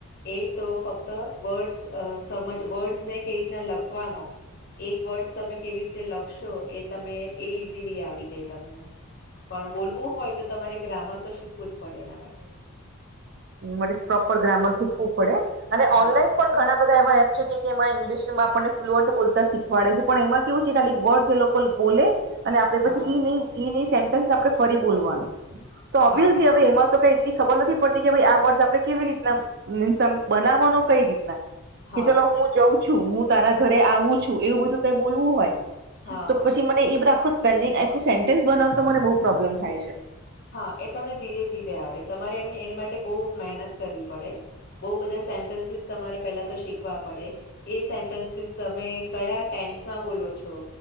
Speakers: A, on the left; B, on the right.
A: એ તો ફક્ત વર્ડ અ સમજ વર્ડસ ને કે રીતના લખવાના. એક વર્ષ તમે કેવી રીતે લખશો, એ તમે એ ઈઝીલી આવડી જાય તમને. પણ બોલવું હોય તો તમારે ગ્રામર તો શીખવું જ પડે એના માટે.
B: માટે પ્રોપર ગ્રામર શીખવું પડે અને
A: હા
B: ઓનલાઈન પણ ઘણા બધા એવા એપ છે કે એમાં ઇંગ્લિશમાં આપણને ફ્લુઅન્ટ બોતા શીખવાડે છે પણ એમાં કેવું છે ખાલી વર્ડ એ લોક બોલે અને આપડે
A: હા
B: પછી ઈન ઈ ઈન સેન્ટન્સ આપણે ફરી બોલવાનું. તો
A: હા
B: ઓબ્વિયસલી
A: હા
B: હવે એમાં તો કઈ એટલી ખબર નથી આ વર્ષ આપણે કેવી રીતના મીન્સ આમ બનાવવાનો કઈ રીતના
A: હા
B: કે ચલો
A: હા
B: હું જઉં છું. હું તારા ઘરે આવું છું, એવું બધું ક બોલવું હોય
A: હા
B: તો
A: હા
B: પછી મને એ રાખો સ્પેલિંગ આખો સેન્ટન્સ બનાવતો મને બહુ પ્રોબ્લેમ થાય છે.
A: હા એ તને ધીરે ધીરે આવડે તમારે એમ એની માટે બહુ મહેનત કરવી પડે. બહુ બધા સેન્ટન્સીસ તમારે પેલા તો શીખવા પડે. એ સેન્ટન્સીસ તમે કયા ટેન્સમાં બોલો છો,